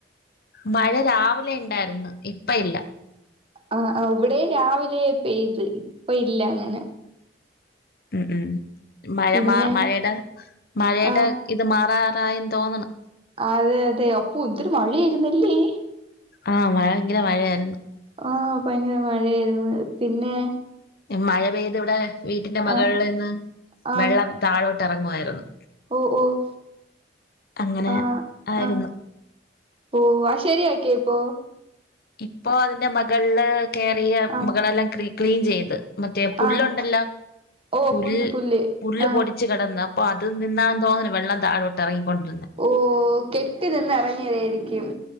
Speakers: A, on the left (about 60°); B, on the right (about 30°).
A: മഴ രാവിലെ ണ്ടായിരുന്നു. ഇപ്പ ഇല്ല.
B: ആഹ്, ആഹ് ഇവെടെയും രാവിലെ പെയ്ത്. ഇപ്പ ഇല്ല അങ്ങനെ.
A: ഉം ഉം മഴ
B: പിന്നെ
A: മാ മഴേടെ മഴേടെ
B: ആഹ്
A: ഇത് മാറാറായെന്ന് തോന്നണ്.
B: അതെ, അതെ. അപ്പൊ എന്തിര് മഴയായിരുന്നല്ലേ?
A: ആഹ് മഴ ഭയങ്കര മഴയാരുന്നു.
B: ഓഹ് ഭയ്ങ്കര മഴേര്ന്ന്. പിന്നെ
A: മഴ പെയ്ത് വടെ വീട്ടിന്റെ മെകളിൽ
B: ആഹ്
A: നിന്ന്
B: ആഹ്
A: വെള്ളം താഴോട്ട് എറങ്ങുവായ്രുന്ന്.
B: ഓഹ് ഓഹ്
A: അങ്ങനെ
B: ആഹ്
A: ആയിരുന്നു.
B: ആഹ് ഓഹ് അഹ് ശെരിയാക്കിയോ ഇപ്പോ?
A: ഇപ്പോ അതിന്റെ മൊകൾല് കേറിയ
B: ആഹ്
A: മുകളെല്ലാം ക്രി ക്ലീൻ ചെയ്ത്. മറ്റേ പുല്ലൊണ്ടല്ലോ
B: ആഹ് ഓ
A: പുൽ
B: പുല്ല്
A: പുല്ല്
B: ആഹ്
A: പൊടിച്ച് കിടന്ന് അപ്പൊ അത് നിന്നാണെന്ന് തോന്നുണ് വെള്ളം താഴോട്ടറങ്ങിക്കൊണ്ടിരുന്നെ
B: ഓഹ് കെട്ടി നിന്ന് എറങ്ങിയതായിരിക് ക്യും.